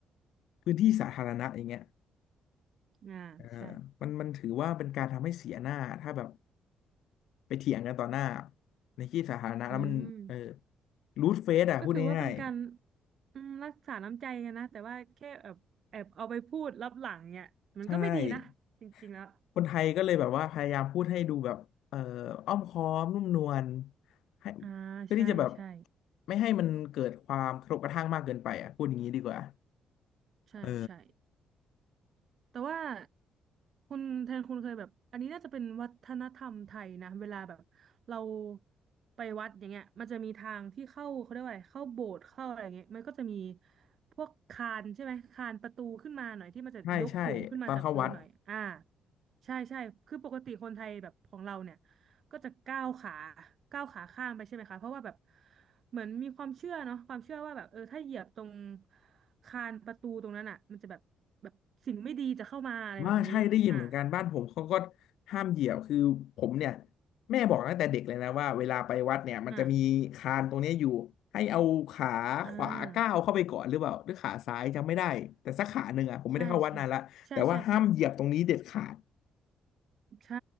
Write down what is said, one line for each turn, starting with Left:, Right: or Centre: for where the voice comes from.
Left: พื้นที่สาธารณะอย่างเงี้ย
Right: อ่าใช่
Left: เออมันมันถือว่าเป็นการทำให้เสียหน้าถ้าแบบไปเถียงกันต่อหน้าในที่สาธารณะแล้วมันเออ
Right: อืม
Left: รูดเฟซอ่ะพูดง่าย
Right: ก็ถือว่าเป็นการอืมรักษาน้ำใจกันนะแต่ว่าแค่แอบแอบเอาไปพูดลับหลังเนี่ยมันก็ไม่ดีนะจริงๆแล้ว
Left: ๆใช่ คนไทยก็เลยแบบว่าพยายามพูดให้ดูแบบเอ่ออ้อมค้อมนุ่มนวลให้
Right: อ่าใช่ใช่
Left: เพื่อที่จะแบบไม่ให้มันเกิดความกระทบกระทั่งมากเกินไปอ่ะพูดอย่างนี้ดีกว่า
Right: ใช่ใช่
Left: เออ
Right: แต่ว่าคุณแทนคุณเคยแบบอันนี้น่าจะเป็นวัฒนธรรมไทยนะเวลาแบบเราไปวัดอย่างเงี้ยมันจะมีทางที่เข้าเขาเรียกว่าอะไรเข้าโบสถ์เข้าอะไรอย่างเงี้ยมันก็จะมีพวกคานใช่ไหมคานประตูขึ้นมาหน่อยที่มันจะยกสูงขึ้นมาจากพื้นหน่อยอ่า
Left: ใช่ใช่ตอนเข้าวัด
Right: ใช่ใช่คือปกติคนไทยแบบของเราเนี่ยก็จะก้าวขาก้าวขาข้ามไปใช่ไหมคะเพราะว่าแบบเหมือนมีความเชื่อเนาะความเชื่อว่าแบบเออถ้าเหยียบตรงคานประตูตรงนั้นอ่ะมันจะแบบแบบสิ่งไม่ดีจะเข้ามาอะไรแบบนี้อ่า
Left: ว่าใช่ได้ยินเหมือนกันบ้านผมเขาก็ห้ามเหยียวคือผมเนี่ยแม่บอกตั้งแต่เด็กเลยนะว่าเวลาไปวัดเนี่ยมันจะมีคานตรงเนี้ยอยู่ให้เอาขาขวาก้าวเข้าไปก่อนหรือเปล่าหรือขาซ้ายจำไม่ได้แต่สักขาหนึ่งอ่ะผมไม่ได้เข้าวัดนานละแต่ว่าห้ามเหยียบตรงนี้เด็ดขาด
Right: อ่าอ่าใช่ใช่ใช่ใช่ใช่ ใช่